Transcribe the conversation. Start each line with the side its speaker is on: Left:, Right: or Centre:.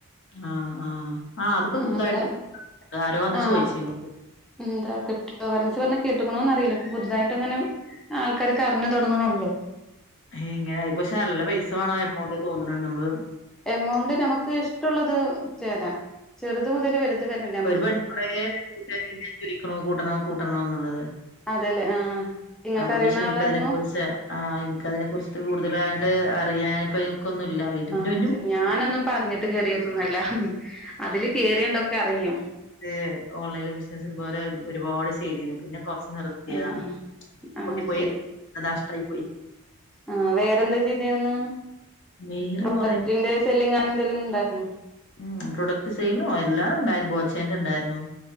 Left: ആഹ് ആഹ്. ആഹ് ത്പ്പോ പുത്‌
Centre: നമ്മള്
Left: തായിട്ട് ആരോ ന്ന്
Centre: ആ
Left: ചോയിച്ച്ണു.
Centre: എന്താ ക്രിപ്റ്റോ കറൻസിന്ന് പർഞ്ഞാ കേട്ട്ക്ക്ണോന്നറിയില്ല. ഇപ്പൊ പുതുതായിട്ട് ഇങ്ങനെ ആൾക്കാരൊക്കെ അറിഞ്ഞു തൊട്ങ്ങ്ണ്ള്ളൂ.
Left: ഹ് ഇങ്ങനെയി. പക്ഷെ നല്ല പൈസ വേണം എമൗണ്ട് തോന്ന്ണ്ണ്ണ്ട്. അമ്മള്
Centre: എമൗണ്ട് നമുക്ക് ഇഷ്ട്ടുള്ളത് ചേരാം. ചെറുത് മുതൽ വലുത് വരെണ്ട്.
Left: ഒരു പെണ്ണ് കൊറേ ആയി ചോയ്ക്ക്ണു കൂട്ടണോ കൂട്ടണോന്ന്ള്ളത്.
Centre: അതെല്ലേ ആഹ് നിങ്ങൾക്ക്
Left: അപ്പൊ
Centre: അറിയുന്ന
Left: ക്ഷേ എനിക്കതിനെ
Centre: ആളായിരുന്നു
Left: കുറിച്ച് ആഹ് എനിക്കതിനെ കുറിച്ച്ട്ട് കൂടുതലാണ്ട് അറിയാനി ഇപ്പൊനിക്കൊന്നുംല്ല വിട്
Centre: ആഹ്
Left: നും നും.
Centre: ശരി ഞാനൊന്നും പ്പ അറിഞ്ഞിട്ട് കേറിയതൊന്നല്ല. ഹ്‌ഹ്‌ അതില് കേറിയാതൊക്കെ അറിയും.
Left: ഏഹ്. ഓൺലൈൻ ബിസിനസ് ഇതുപോലേ ഒരുപാട് ചെയ്തിരുന്നു. പിന്നെ കൊർച്ച് നിർ ത്തിയതാണ്
Centre: ആഹ് ആഹ്
Left: പൂട്ടി
Centre: ആഹ്
Left: പോയി.
Centre: ശരി
Left: അത് നഷ്ട്ടായി പോയി.
Centre: ആഹ് വേറെന്താ ചെയ്തിരുന്നെ?
Left: വേറെ
Centre: പ്രോഡക്ടിന്റെ.
Left: കൊറേ
Centre: സെല്ലിങ്ങൊ അങ്ങനെന്തേലും ഇണ്ടായിരുന്നോ?
Left: ഉം പ്രൊഡക്റ്റ് സെയിലും എല്ലാം ഉണ്ടായിരുന്നു. ബോച്ചേന്റെ ഇണ്ടായിരുന്നു.